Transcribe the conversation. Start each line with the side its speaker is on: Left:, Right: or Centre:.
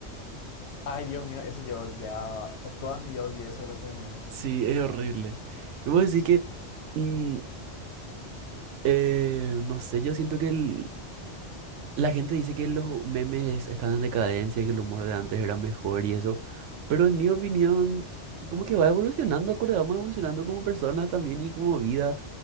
Left: Ay, Dios mío, ese yo odiaba. Toda mi vida odié esa clase de memes.
Right: Sí, es horrible. Y vos decís que, mm, eh, no sé, yo siento que el- La gente dice que los memes están en decadencia, que el humor de antes era mejor y eso, pero en mi opinión, como que va evolucionando, acorde, vamos evolucionando como personas también y como vida.